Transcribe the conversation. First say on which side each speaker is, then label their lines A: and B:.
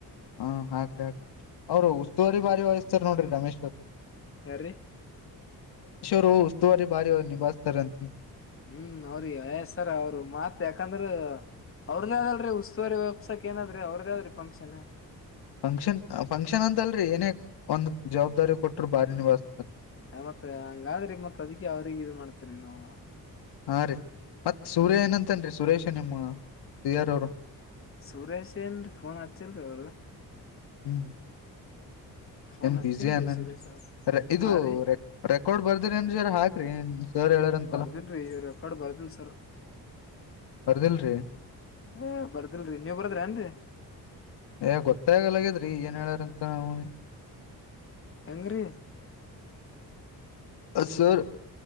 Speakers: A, on the left; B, on the left.
A: ಹಾ ಹಾಕ್ರರಿ ಹಾಕ್ರರಿ ಅವ್ರರು ಉಸ್ತುವಾರಿ ಭಾರಿ ವಯಸ್ತಾರ ನೋಡ್ರಿ ರಮೇಶ್ ಅವ
B: ಹೇಳರಿ
A: ರು ಉಸ್ತುವಾರಿ ಬಾರಿ ನಿಭಾಯ್ತಾರೆ ಅಂತಿ
B: ಹ್ಮ್ ಅವ್ರಿಗೆಸರ ಅವರು ಮತ್ ಯಾಕಂದ್ರ ಅವ್ರದೇ ಅದಲ್ರೀ ಉಸ್ತುವಾರಿ ವ್ಯಾಪ್ಸಾಕ್ ಏನಾದ್ರಿ ಅವ್ರದೇ ಆದದ್ರಿ ಫಂಕ್ಷನ್
A: ಫಂಕ್ಷನ್ ಫಂಕ್ಷನ್ ಅಂತ ಅಲ್ರರಿ ಏನೇ ಒಂದ್ ಜವಾಬ್ದಾರಿ ಕೊಟ್ರ ಬಾರಿ ನಿವಾಸ
B: ಹ ಮತ್ ಹಂಗಾದ್ರಿ ಮತ್ ಅದ್ಕೆ ಅವ್ರಿಗೆ ಇದ ಮಾಡ್ತಿವ್ರಿ ನಾವು.
A: ಹಾ ರೀ ಮತ್ತ್ ಸೂರ್ಯ
B: ಹ್ಮ್
A: ಏನಂತನ್ರಿ ಸುರೇಶ ನಿಮ್ಮ ಸಿ ಆರ್ ಅವ್ರು.
B: ಸುರೇಶ್ ಏನ್ರಿ ಫೋನ್ ಹಚ್ಚಿಲ್ರಿ ಅವ್ರು
A: ಹ್ಮ್
B: ಫೋನ್
A: ಮ
B: ಹಚ್ಚಿಲ್ರಿ
A: ಬಸಿ ಆನ್ ಏನ್
B: ಸುರೇಶ್ ಅವ್ರ
A: ಇದು
B: ಹಾ ರೀ
A: ರೆಕಾರ್ಡ್ ಬರ್ದ್ರಿರೇನ್ ಜರ ಹಾಕ್ರಿ. ಸರ್ ಹೇಳ್ಯಾರಂತಲ್ಲ
B: ಬರ್ದಿಲ್ರಿ ರೆಕಾರ್ಡ್ ಬರ್ದಿಲ್ ಸರ್.
A: ಬರ್ದಿಲ್ರೀ.
B: ಏ ಬರ್ದಿಲ್ರಿ ನೀವ್ ಬರ್ದಿರೇನ್ರೀ.
A: ಏ ಗೊತ್ತೇ ಆಗಲಗ್ಯಾದ್ರಿ ಏನ್ ಹೇಳಾರಂತ <unintelligible>
B: ಹೆಂಗ್ರೀ.
A: ಅ ಸರ್